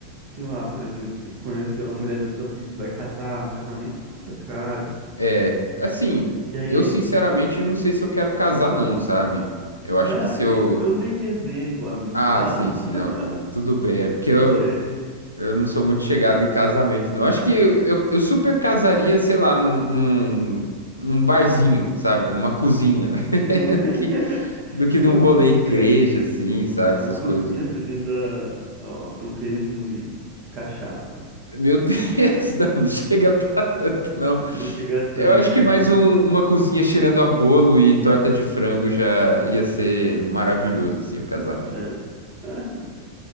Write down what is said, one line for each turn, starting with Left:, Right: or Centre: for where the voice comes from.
Right: sei lá, por exemplo, você conheceu a mulher da sua vida e vai casar, um casamento custa caro.
Left: É, assim,
Right: E aí,
Left: eu sinceramente
Right: tipo
Left: não sei se eu quero casar, não, sabe? Eu acho
Right: Não,
Left: que se
Right: entendo.
Left: eu.
Right: Eu usei de exemplo, amigo.
Left: Ah,
Right: Calma.
Left: sim, sim, não,
Right: <laughs>
Left: tu- tudo bem.
Right: Respira,
Left: É porque eu,
Right: respira.
Left: eu não sou muito chegado em casamento, não. Acho que eu, eu, eu super casaria, sei lá, num, num, num barzinho, sabe? Numa cozinha.
Right: Hum.
Left: <laughs>
Right: <laughs>
Left: Do que, do que
Right: Numa
Left: num rolê
Right: cozinha,
Left: igreja, assim, sabe?
Right: numa
Left: Essas
Right: cozinha
Left: coisas.
Right: fedendo a, a torresmo e cachaça.
Left: Meu Deus, <laughs> não, não chega pra tanto, não.
Right: Não chegar tanto,
Left: Eu acho que
Right: né?
Left: mais
Right: Não-
Left: um- uma cozinha cheirando a bolo e torta de frango já ia ser maravilhoso, assim, o casamento.
Right: Já. Ah.